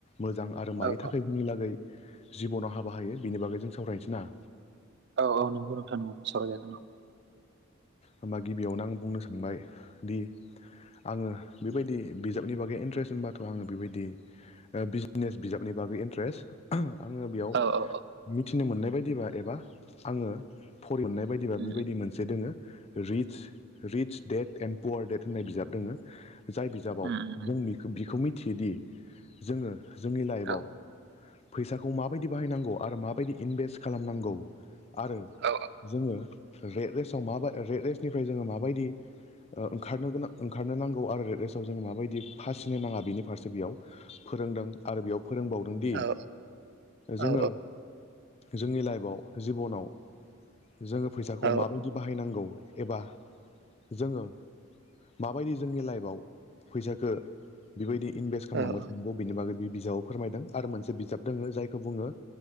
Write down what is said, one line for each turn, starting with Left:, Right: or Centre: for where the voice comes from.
Left: मोजां आरो मानि
Right: औ
Left: थाखाय
Right: औ
Left: जोंनि लागै जिबनाव हाबा होयो बिनि बागै जों सावरायसै ना?
Right: औ औ नोंगौ नोंथां सावराय जागोन औ।
Left: होमबा गिबियावनो आं बुंनो सानबाय दि आङो बेबायदि बिजाबनि बागै इन्ट्रेस्ट होनबाथ' आङो बेबायदि बिजनेस बिजाबनि बागै इन्ट्रेस्ट आङो बेयाव
Right: औ औ औ
Left: मिथिनो मोननाय बायदिबा एबा आङो फरि मोननाय बायदिबा
Right: उम
Left: बेबायदि मोनसे दोङो। रिडच रिडच दडेट एणड पुवार डेट होननाय बिजाब दोङो। जाय बिजाबाव
Right: उम उम उम
Left: जों इखो बिखौ मिथियोदि जोङो जोंनि लाइफआव
Right: औ
Left: फैसाखौ माबायदि बाहायनांगौ आरो माबायदि इनभेस्ट खालामनांगौ आरो
Right: औ
Left: जोङो रेड रेस्टाव माब रेड रेस्टनिफ्राय जोङो माबायदि ओ ओंखारनो गोनां ओंखारनो नांगौ आरो रेस्टआव जों माबायदि फासिनो नाङा बेनि फारसे बेयाव फोरोंदों आरो बेयाव फोरोंबावदों दि
Right: औ
Left: जोङो
Right: औ
Left: जोंनि लाइफआव जिबनाव जोङो फैसाखौ
Right: औ
Left: माबायदि बाहायनांगौ एबा जोङो माबायदि जोंनि लाइफआव फैसाखो बेबायदि इनभेस्ट खालामलांगास
Right: औ औ
Left: ब बिनि बागै बे बिजाबाव फोरमायदों आरो मोनसे बिजाब दोङो जायखौ बुङो।